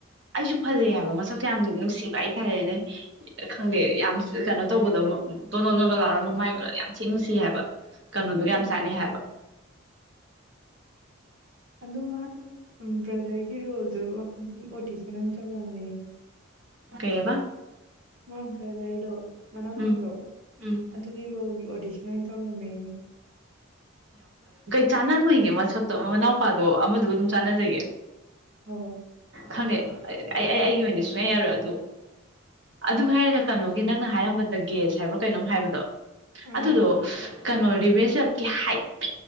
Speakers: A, on the right; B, on the right.
A: ꯑꯩꯁꯨ ꯐꯖꯩ ꯍꯥꯏꯕ ꯃꯁꯛꯇꯣ ꯌꯥꯝ ꯅꯨꯡꯁꯤꯕ ꯑꯩ ꯊꯥꯏꯦꯅꯦ ꯈꯪꯗꯦ ꯌꯥꯝ ꯀꯩꯅꯣ ꯇꯧꯕꯗꯣ ꯗꯣꯅꯣꯟꯒ ꯂꯥꯎꯔ ꯃꯃꯥꯏꯒꯒ ꯌꯥꯝ ꯊꯤ ꯅꯨꯡꯁꯤ ꯍꯥꯏꯕ ꯀꯩꯅꯣꯗꯨꯒ
B: ꯌꯥꯝ
A: ꯆꯥꯅꯩ ꯍꯥꯏꯕ
B: ꯑꯗꯣ ꯃꯥꯗꯣ ꯕ꯭ꯔꯗꯔꯒꯤ ꯔꯣꯜꯗꯣ ꯑꯣꯗꯤꯁꯟ ꯑꯣꯏꯅ ꯇꯧꯔꯝꯃꯦ
A: ꯀꯩꯑꯕ
B: ꯃꯥ ꯕ꯭ꯔꯗꯔꯗꯣ ꯃꯅꯥꯎꯄꯥꯗꯣ
A: ꯎꯝ ꯎꯝ
B: ꯑꯗꯨꯒꯤ ꯔꯣꯒꯤ ꯑꯣꯗꯤꯁꯟ ꯑꯣꯏꯅ ꯇꯧꯔꯝꯃꯦ
A: ꯆꯥꯟꯅꯔꯨꯏꯒꯦ ꯃꯁꯛꯇꯣ ꯃꯅꯥꯎꯄꯥꯗꯣ ꯑꯃꯗꯨꯒ ꯑꯗꯨꯝ ꯆꯥꯟꯅꯖꯒꯦ
B: ꯍ ꯍꯣ
A: ꯈꯪꯗꯦ ꯑꯩ ꯑꯩ ꯑꯩꯒꯤ ꯑꯣꯏꯅꯗꯤ ꯁꯨꯡꯌꯥ ꯌꯥꯔꯣꯏ ꯑꯗ ꯑꯗꯨ ꯍꯥꯏꯔꯒ ꯀꯩꯅꯣꯒꯤ ꯅꯪꯅ ꯍꯥꯏꯔꯝꯕꯗ ꯒꯦꯁ ꯍꯥꯏꯕ꯭ꯔꯣ ꯀꯩꯅꯣꯝ ꯍꯥꯏꯕꯗꯣ
B: ꯍꯣ
A: ꯑꯗꯨꯗꯨ ꯀꯩꯅꯣꯔꯤꯦꯁ ꯍꯥꯏꯐꯦꯠ